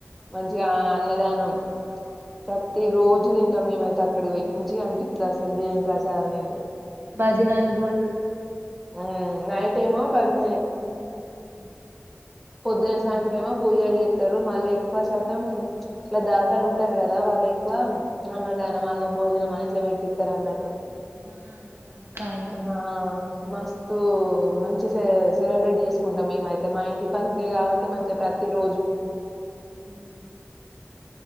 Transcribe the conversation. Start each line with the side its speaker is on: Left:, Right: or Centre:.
Centre: మంచిగా అన్నదానం ప్రతిరోజూ మేమైతే అక్కడ పోయి <inaudible> అసల్ దేవుని ప్రసాదం తిన్
Right: తరు
Centre: ఉ నైట్ ఏమో భజన చేస్తారు.
Right: హ్
Centre: పొద్దున సాయంత్రమో పూజలు చేస్తారు మళ్ళ ఎక్కువ శాతం ఇట్ల దాతలు ఉంటారు కదా వాళ్ళ ఎక్కువ అన్నదానం అన్న భోజనం
Right: అవును
Centre: అని ఇట్ల పెట్టిస్తార్ అన్నట్టు
Right: మహా అన్నదాన కార్యక్రమం
Centre: ఆ మస్తు మంచి సె సెలబ్రేట్ చేసుకుంటాం మేమైతే మా ఇంటి పక్కకే కాబట్టి మంచిగా ప్రతి రోజు పోతాం మేము అక్కడ
Right: హ్